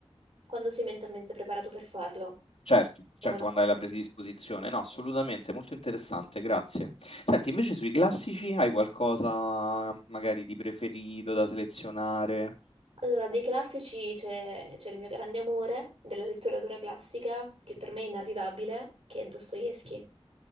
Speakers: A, on the right; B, on the left.
A: quando sei mentalmente preparato per farlo.
B: Certo,
A: Mettiamola
B: certo,
A: così.
B: quando hai la predisposizione, no, assolutamente, molto interessante, grazie. Senti, invece sui classici hai qualcosa magari di preferito da selezionare?
A: Allora, dei classici c'è c'è il mio grande amore della letteratura classica, che per me è inarrivabile, che è Dostoevsky.